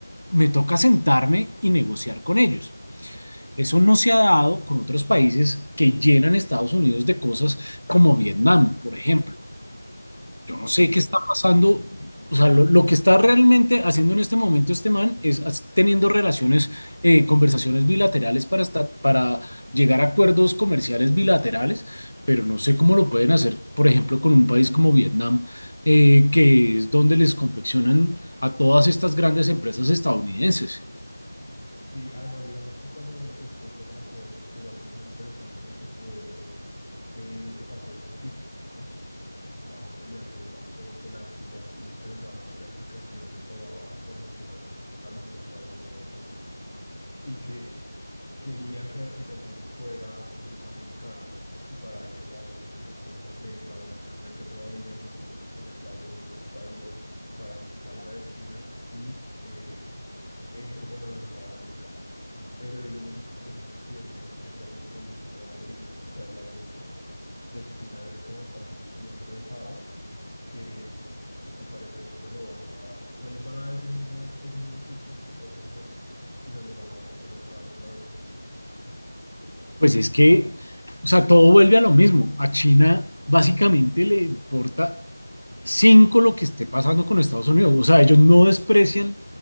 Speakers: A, on the left; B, in the centre.
A: me toca sentarme y negociar con ellos. Eso no se ha dado con otros países que llenan Estados Unidos de cosas como Vietnam, por ejemplo. Yo no
B: Sí.
A: sé qué está pasando. O sea, lo, lo que está realmente haciendo en este momento este man es as- teniendo relaciones, eh, conversaciones bilaterales para, esta- para llegar a acuerdos comerciales bilaterales, pero no sé cómo lo pueden hacer, por ejemplo, con un país como Vietnam, eh, que es donde les confeccionan a todas estas grandes empresas estadounidenses.
B: Y además, digamos que cuando empezó todo el tema de Trump hubo algo muy interesante y fue eh, el papel de TikTok, ¿no? Se estaban peleando porque la aplicación, ellos pensaban que la aplicación le robaba información a los, a los estadounidenses y que querían que la aplicación fuera eh, americana y para eso la pusieron en venta o está en venta todavía, sino que tiene como el plazo de los 90 días para que salga de China y eh, entre como en el mercado americano. Pero ellos lo que, lo que no quieren es que tengas el, el el algoritmo, ¿no? O sea, el algoritmo de China es como tan bien pensado que al parecer no se lo van a dar, no les van a dar ese mismo, ese mismo TikTok que todos conocemos, sino les van a dar tal vez otra, otra versión.
A: Pues es que, o sea, todo vuelve a lo mismo. A China básicamente le importa cinco lo que esté pasando con Estados Unidos. O sea, ellos no desprecian